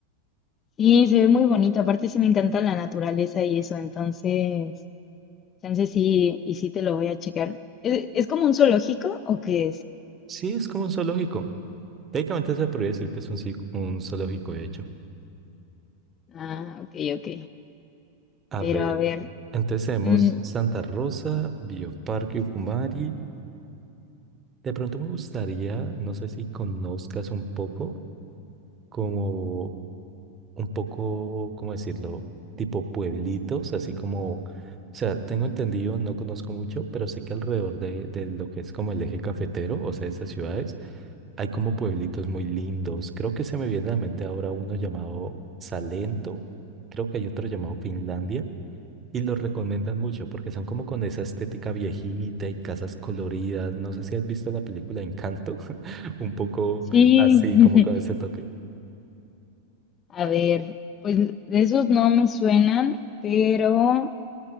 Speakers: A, on the left; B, on the right.
A: sí, se ve muy bonito. Aparte sí me encanta la naturaleza y eso, entonces Chance sí, y sí te lo voy a checar. ¿Es, es como un zoológico o qué es?
B: Sí, es como un zoológico. Técnicamente se podría decir que es un, ci- un zoológico, de hecho.
A: Ah, ok, ok.
B: A
A: Pero
B: ver.
A: a ver,
B: Entonces tenemos
A: mm,
B: Santa Rosa, Bioparque Ucumari. De pronto me gustaría, no sé si conozcas un poco, como un poco, ¿cómo decirlo? Tipo pueblitos, así como, o sea, tengo entendido, no conozco mucho, pero sé que alrededor de, de lo que es como el eje cafetero, o sea, de esas ciudades, hay como pueblitos muy lindos. Creo que se me viene a la mente ahora uno llamado Salento, creo que hay otro llamado Finlandia. Y los recomiendan mucho porque son como con esa estética viejita y casas coloridas. No sé si has visto la película Encanto, <laughs> un poco
A: sí,
B: así, como con ese
A: <laughs>
B: toque.
A: a ver, pues de esos no me suenan, pero